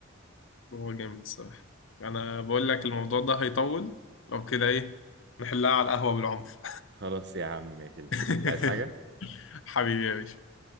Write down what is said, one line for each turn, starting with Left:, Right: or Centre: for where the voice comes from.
Left: هو جامد الصراحة انا بقول لك الموضوع ده هيطول لو كده ايه نحلها على القهوة بالعنف
Right: خلاص يا عم ماشي اللي تشوف
Left: <laughs>
Right: انت عايز حاجه
Left: حبيبي يا باشا